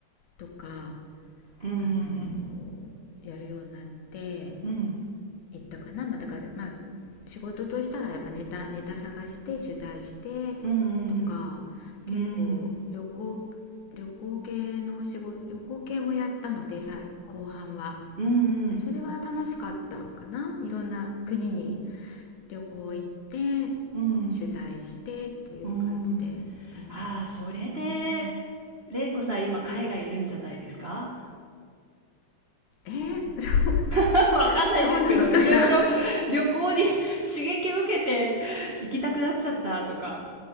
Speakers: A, on the left (about 75°); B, on the right (about 80°).
A: とか、
B: うん
A: あのやるようになって、
B: うん
A: 行ったかな、まあ、だからまあ仕事としたらやっぱネタネタ探して取材して
B: うんうん
A: とか結構旅行旅行系の仕事旅行系もやったのでさ後半は
B: うんうんうんうんうんうん
A: でそれは楽しかったかないろんな国に旅行行って
B: うん
A: 取材してっていう感じであの
B: うんああそれで
A: ね
B: 玲子さん今海外いるんじゃないですか
A: えー、<laughs> そう
B: <laughs> わかんないですけど、
A: そうなのかな
B: いろいろ <laughs> 旅行に <laughs> 刺激を受けて行きたくなっちゃったとか、